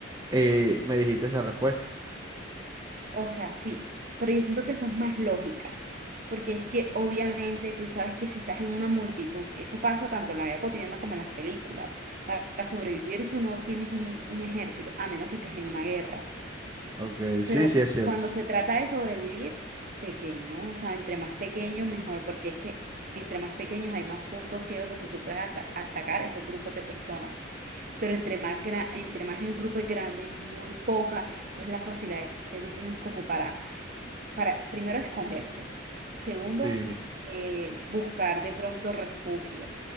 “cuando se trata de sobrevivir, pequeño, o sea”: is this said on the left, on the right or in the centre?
Right